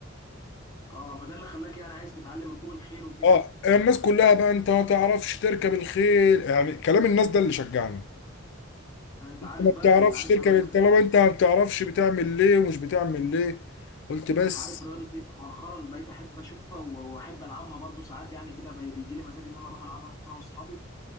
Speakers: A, on the left; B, on the left.
A: اه فده اللي خلاك يعني عايز تتعلم ركوب الخيل وكده
B: اه الناس كلها بقى انت ما تعرفش تركب الخيل يعني كلام الناس ده اللي شجعني
A: انت
B: انت
A: عارف
B: ما
A: بقى
B: بتعرفش
A: انت عارف
B: تركب
A: انا رياضه
B: طالما
A: ايه
B: انت ما بتعرفش بتعمل ليه ومش بتعمل ليه قلت بس
A: عارف رياضه ايه اللي مؤخرا بقيت احب اشوفها و- واحب العبها برضو ساعات يعني كده بي- بيجي لي مزاج ان انا اروح العبها انا واصحابي